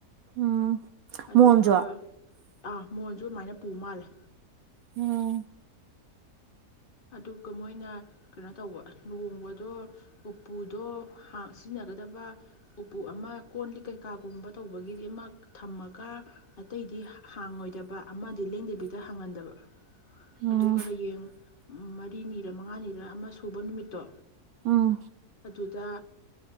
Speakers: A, on the right (about 70°); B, on the left (about 35°).
A: ꯎꯝ
B: ꯑꯗꯨꯒ
A: ꯃꯣꯟꯁꯨ
B: ꯑꯃꯣꯟꯣꯟ ꯑꯗꯨ ꯑꯗꯨꯃꯥꯏꯅ ꯄꯨ ꯃꯥꯜꯂꯦ
A: ꯎꯝ
B: ꯑꯗꯨꯒ ꯃꯣꯏꯅ ꯀꯩꯅꯣ ꯇꯧꯕ ꯂꯨꯍꯣꯡꯕꯗꯣ ꯎꯄꯨꯗꯣ ꯁꯤꯖꯤꯟꯅꯒꯗꯕ ꯎꯄꯨ ꯑꯃ ꯀꯣꯟꯂꯤ ꯀꯩꯀꯥꯒꯨꯝꯕ ꯇꯧꯕꯒꯤꯗꯤꯃꯛ ꯊꯝꯃꯒ ꯑꯇꯩꯗꯤ ꯍꯥꯡꯉꯣꯏꯗꯕ ꯑꯃꯗꯤ ꯂꯦꯡꯗꯕꯤꯗ ꯐꯪꯍꯟꯗꯕ
A: ꯎꯝ
B: ꯑꯗꯨꯒ ꯍꯌꯦꯡ ꯃꯔꯤꯅꯤꯔ ꯃꯉꯥꯅꯤꯔ ꯑꯃ ꯁꯨꯕ ꯅꯨꯃꯤꯠꯇꯣ
A: ꯑꯥ
B: ꯑꯗꯨꯗ